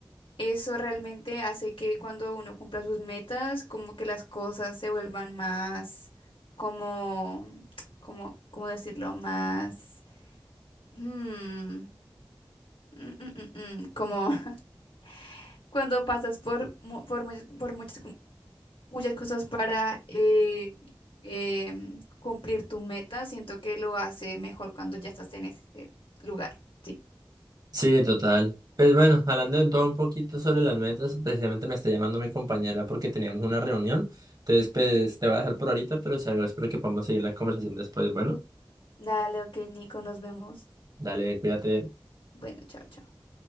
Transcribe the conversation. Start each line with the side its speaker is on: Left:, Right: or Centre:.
Left: eso realmente hace que cuando uno cumpla sus metas, como que las cosas se vuelvan más, como, como, ¿cómo decirlo? Más... mm, mm, mm, mm, mm, como <laughs> cuando pasas por, mu- por, muchas- por muchas muchas cosas para eh, em, cumplir tu meta. Siento que lo hace mejor cuando ya estás en ese lugar. Sí.
Right: Sí, total. Pues bueno, hablando de todo un poquito sobre las metas, precisamente me está llamando mi compañera porque teníamos una reunión, entonces, pues,
Left: Ujú.
Right: te voy a dejar por ahorita, pero si algo espero que podamos seguir la conversación después. Bueno,
Left: Dale, ok, Nico, nos vemos.
Right: dale, cuídate.
Left: Bueno, chao, chao.